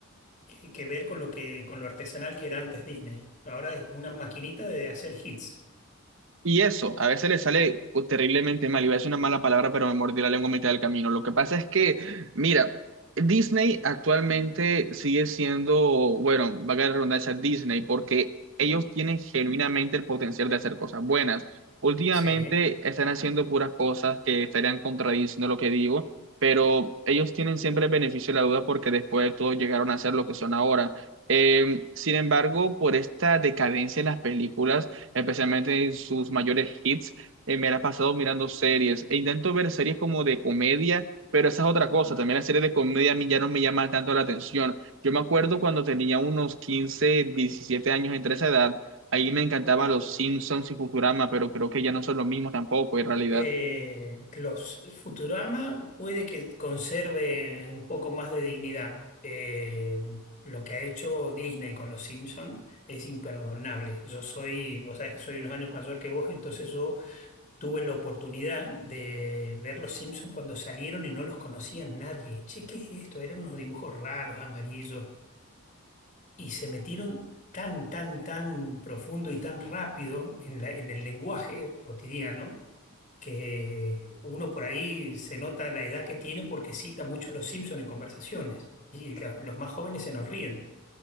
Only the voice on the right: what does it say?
Y eso, a veces le sale uh, terriblemente mal. Iba a decir una mala palabra, pero me mordí la lengua a mitad del camino. Lo que pasa es que, mira, Disney actualmente sigue siendo, bueno, va a la redundancia Disney, porque ellos tienen genuinamente el potencial de hacer cosas buenas. Últimamente
están haciendo puras cosas que estarían contradiciendo lo que digo, pero ellos tienen siempre el beneficio de la duda porque después de todo llegaron a ser lo que son ahora. Eh, sin embargo, por esta decadencia en las películas, especialmente en sus mayores hits, eh, me la he pasado mirando series e intento ver series como de comedia, pero esa es otra cosa, también las series de comedia a mí ya no me llaman tanto la atención. Yo me acuerdo cuando tenía unos 15 17 años entre esa edad, ahí me encantaban los Simpsons y Futurama, pero creo que ya no son lo mismo tampoco en realidad.